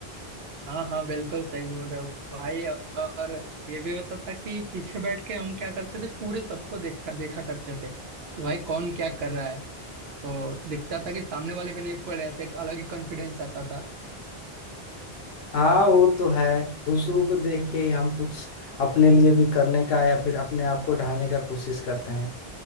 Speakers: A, on the right; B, on the left.
A: हाँ हाँ बिल्कुल सही बोल रहे हो भाई और ये भी होता था कि पीछे बैठ के हम क्या करते थे पूरे सबको देखता देखा करते थे कि भाई कौन क्या कर रहा है तो दिखता था कि सामने वाले भी नहीं पढ़ रहे थे एक अलग ही कॉन्फिडेंस आता था
B: हाँ वो तो है दूसरों को देख के ही हम कुछ अपने लिए भी करने का या फिर अपने आप को ढालने का कोशिश करते हैं